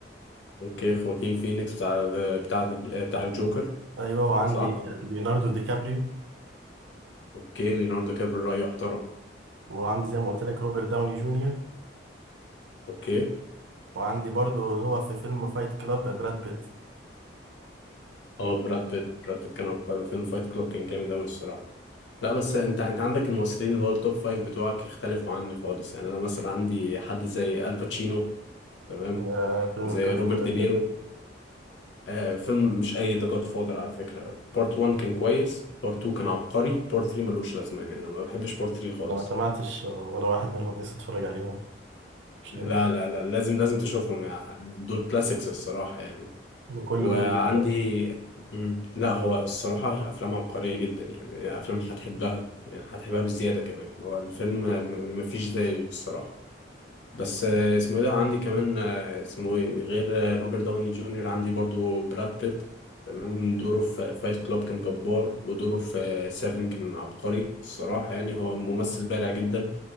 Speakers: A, on the left; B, on the right.
A: أوكي خواكين فينيكس بتاع بتاع بتاع الجوكر
B: ايوه وعندي
A: صح؟
B: آه، ليوناردو دي كابريو
A: اوكي ليوناردو كابري رأيه احترم
B: وعندي زي ما قلت لك روبرت داوني جونيور
A: اوكي
B: وعندي برضو اللي هو في فيلم فايت كلاب براد بيت
A: اه براد بيت براد بيت كان عبقري وفيلم فايت كلوب كان جامد قوي الصراحة لا بس انت انت عندك الممثلين اللي هو التوب فايف بتوعك يختلفوا عني خالص يعني انا مثلا عندي حد زي الباتشينو تمام
B: آه، فيلم
A: زي
B: الجاد
A: روبرت
B: فاذر
A: دينيرو
B: ده
A: آه فيلم مش اي ذا جاد فاذر على فكرة بارت 1 كان كويس بارت 2 كان عبقري بارت 3 ملوش لازمة يعني انا ما بحبش بارت 3 خالص
B: انا ما سمعتش آه، ولا واحد منهم لسه اتفرج عليهم مش
A: لا
B: لاقي
A: لا لا لازم لازم تشوفهم يعني دول كلاسيكس الصراحة يعني
B: كله
A: وعندي
B: بيقول لي كده.
A: مم. لا هو الصراحة أفلام عبقرية جدا يعني أفلام هتحبها يعني هتحبها بزيادة كمان هو الفيلم م- مفيش زيه الصراحة بس آه، اسمه إيه ده عندي كمان آه، اسمه إيه غير آه، روبرت داوني جونيور عندي برضو براد بيت تمام دوره في فايت كلاب كان جبار ودوره في سيفن كان عبقري الصراحة يعني هو ممثل بارع جدا